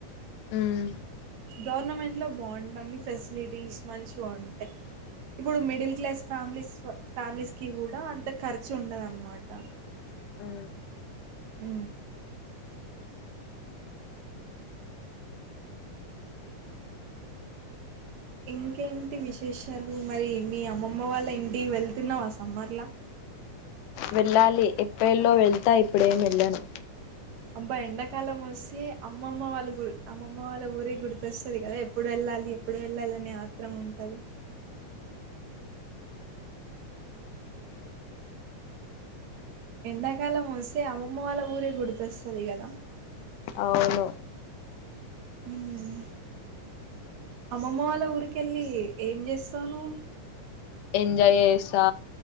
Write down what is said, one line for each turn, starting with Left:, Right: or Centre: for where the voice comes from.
Left: ఉమ్
Right: గవర్నమెంట్లో బాగుంటంది ఫెసిలిటీస్ మంచిగా ఉంటాయి ఇప్పుడు మిడిల్ క్లాస్ ఫ్యామిలీస్ ఫ్యామిలీస్ కి గూడా త ఖర్చుండదన్నమాట
Left: ఉ
Right: ఉ ఇంకేంటి విశేషాలు మరీ మీ అమ్మమ్మ వాళ్ళ ఇంటికి వెళ్తున్నవా సమ్మర్ ల
Left: వెళ్లాలి ఏప్రిల్ లో వెళ్తా ఇప్పుడు ఏం వెళ్ళను.
Right: అబ్బా ఎండాకాలం వస్తే అమ్మమ్మ వాళ్ళ గుల్ అమ్మమ్మ వాళ్ళ ఊరే గుర్తు వస్తది గదా ఎప్పుడు వెళ్ళాలి ఎప్పుడు వెళ్ళాలి అనే ఆత్రం ఉంటది ఎండాకాలం వస్తే అమ్మమ్మ వాళ్ళ ఊరే గుర్తువస్తాది గదా!
Left: అవును
Right: మ్ అమ్మమ్మ వాళ్ళ ఊరికెళ్ళి ఏం చేస్తావ్ నవ్వు
Left: ఎంజాయ్ చేస్తా